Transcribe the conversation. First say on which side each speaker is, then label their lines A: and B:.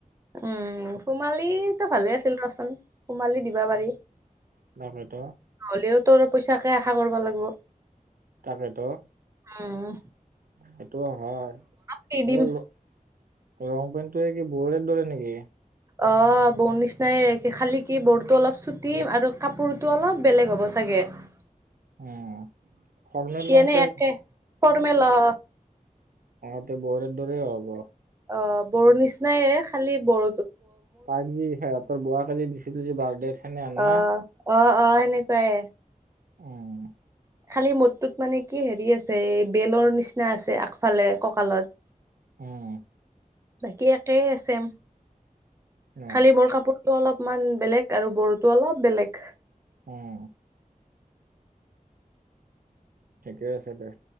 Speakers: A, on the right (about 20°); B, on the right (about 85°).
A: উম সোমালী ভালে আছিল কচোন সোমালি দিবা পাৰি।
B: তাকেটো।
A: নহ'লেও তোৰ পইচাকে আশা কৰিব লাগিব।
B: তাকেটো।
A: উম,
B: সেইটো হয়।
A: কি
B: <unintelligible>
A: দিম
B: লং পেণ্টটো কি বৌৰেৰ দৰে নেকি।
A: অ বৌ নিচিনাই খালি কি বৌৰটো অলপ চুটি আৰু কাপোৰতো অলপ বেলেগ হ'ব চাগে। কে।
B: অ ফৰ্মেল লংপেন।
A: এনে একে ফৰ্মেল অ।
B: অহ' তে বৈয়েৰেৰ দৰে হ'ব।
A: অ বড়ো নিচিনায়ে খালি বৰ।
B: পাই যি সেহতৰ বোৱাকেজি দিছিলো যে বাৰ্থডে চেনে আননা
A: অ', অ অ সেনেকুৱাই।।
B: উম
A: খালী মোৰটোত মানে কি হেৰি আছে এই বেলৰ নিচিনা আছে আগফালে ককালত
B: উম
A: বাকী একেই চেম
B: অ
A: খালি মোৰ কাপোৰটো অলপ অকমান বেলেগ আৰু বড়োতো অলপ বেলেগ
B: উম ঠিকেই আছে দে